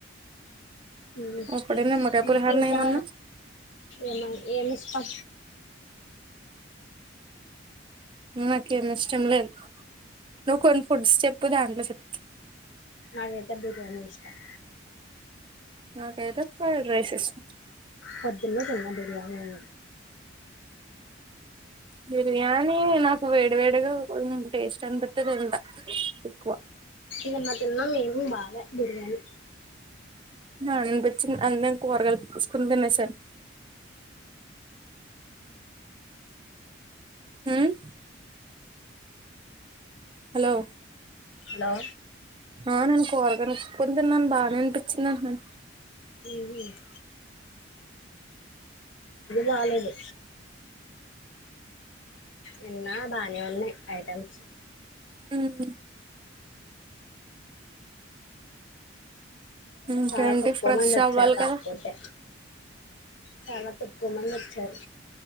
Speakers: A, on the left (about 80°); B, on the right (about 25°).
A: ఉమ్
B: అప్పుడే నిమ్మకాయ
A: మీకు
B: పులిహోరనేయమన్నావ్
A: ఇంకా ఏమ ఏమిస్ట్ అ
B: నాకేం ఇష్టం లేదు నువ్వు కొన్ని ఫుడ్స్ చెప్పు దాంట్లో చెప్తా
A: నాకైతే బిర్యానీ ఇష్టం
B: నాకతే ఫ్రైడ్ రైస్ ఎస్త
A: పొద్దున్న తిన్న బిర్యాని అన్నం
B: బిర్యానీ నాకు వేడి వేడిగా టేస్ట్ అనిపితే తింట ఎక్కువ
A: నిన్న తిన్నాం ఈవెనింగ్ బాల బిర్యానీ
B: ఆ ఇంతోచ్చింది అందకని కూరగాయలు కోసుకుని తినేసాను. ఉమ్ హలో
A: హలో
B: ఆ నేను కూరగాయని కొనుక్కుని తిన్నాను బాగానే అనిపించింది అంటనాను
A: ఉమ్ ఉమ్ బాలేదు నిన్న బానే ఉన్నయ్ ఐటమ్స్
B: ఉమ్ ఇంకేంటి
A: చాలా తక్కువ
B: ఫ్రెష్
A: మంది వచ్చారు
B: అవ్వాలి
A: కాకపోతే
B: కదా
A: చాలా తక్కువ మంది వచ్చారు